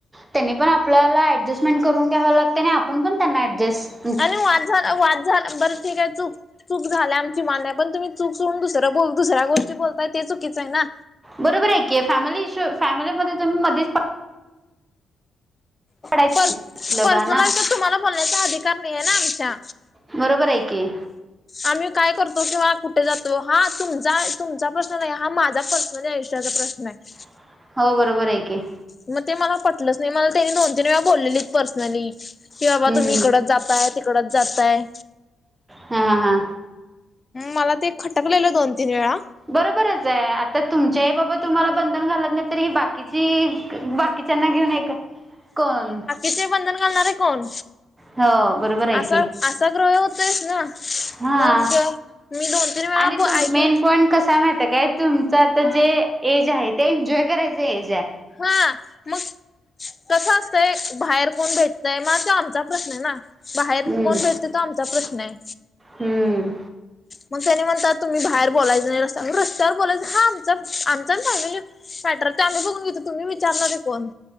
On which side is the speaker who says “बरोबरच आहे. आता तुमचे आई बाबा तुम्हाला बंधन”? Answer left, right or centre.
Right